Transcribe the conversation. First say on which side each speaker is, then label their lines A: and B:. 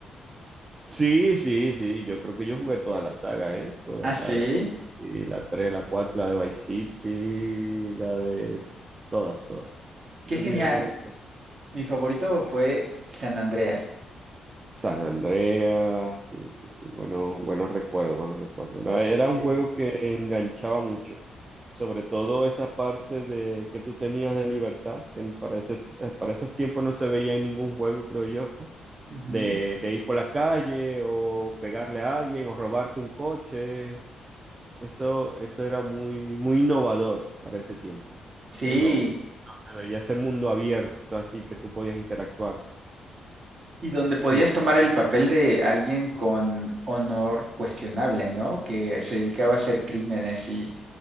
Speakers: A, on the right (about 35°); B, on the right (about 55°).
A: Sí, sí, sí, yo creo que yo jugué toda la saga, ¿eh? Todas,
B: Ah, sí.
A: la de sí, la 3, la 4, la de Vice City, la de todas, todas.
B: Qué
A: Yo creo
B: genial.
A: que yo la jugué todas.
B: Mi favorito fue San Andreas.
A: San Andreas, sí, sí, sí, bueno, buenos recuerdos, buenos recuerdos. No, Era un
B: Sí.
A: juego que enganchaba mucho, sobre todo esa parte de que tú tenías de libertad, que para ese- eh, para esos tiempos no se veía en ningún juego, creo yo,
B: Ujú.
A: de, de ir por la calle o pegarle a alguien o robarte un coche. Eso, eso era muy, muy innovador para ese tiempo.
B: Sí,
A: Eso no, no se veía ese mundo abierto así que tú podías interactuar.
B: y donde podías
A: Sí,
B: tomar el papel de alguien con honor cuestionable, ¿no? Que se dedicaba a hacer crímenes y,